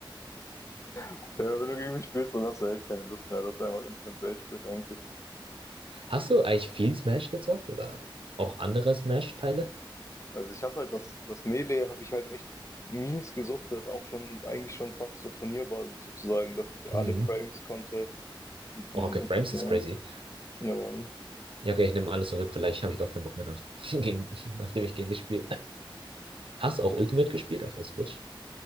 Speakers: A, on the left; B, on the right.
A: Ja, wenn du gegen mich spielst, dann hast du echt keine Lust mehr. Das ist einfach Instant Rage Quit eigentlich.
B: Hast du eigentlich viel Smash gezockt oder auch andere Smash-Teile?
A: Also ich habe halt das, das Melee habe ich halt echt mies gesuchtet, auch schon, eigentlich schon fast so Turnierbasis sozusagen, dass ich
B: Mhm.
A: alle Frames konnte. Und,
B: Oh, okay, Frames
A: Ja,
B: ist crazy.
A: ja, Mann.
B: Ja, okay, ich nehme alles zurück. Vielleicht habe ich doch keinen Bock mehr, dann, <laughs> gegen, nachdem ich gegen dich spiele. Hast du auch Ultimate gespielt auf der Switch?